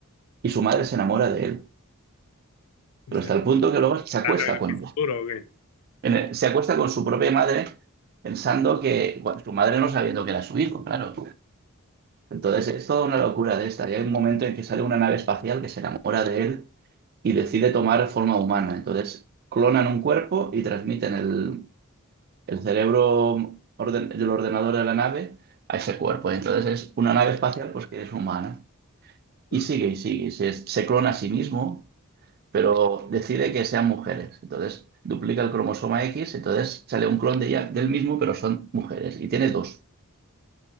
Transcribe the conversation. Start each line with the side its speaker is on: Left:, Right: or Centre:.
Right: y su madre se enamora de él.
Left: O
Right: Pero hasta el punto que luego se acuesta
Left: ¿Está re
Right: con
Left: duro o qué?
Right: en el- se acuesta con su propia madre pensando que, bueno, su madre no sabiendo que era su hijo, claro. Entonces es toda una locura de esta. Y hay un momento en que sale una nave espacial que se enamora de él y decide tomar forma humana. Entonces clonan un cuerpo y transmiten el, el cerebro orden- del ordenador de la nave a ese cuerpo. Entonces es una nave espacial pues que es humana. Y
Left: Mm.
Right: sigue y sigue. Se, se clona a sí mismo pero decide que sean mujeres. Entonces duplica el cromosoma X, entonces sale un clon de ella, del mismo, pero son mujeres y tiene dos.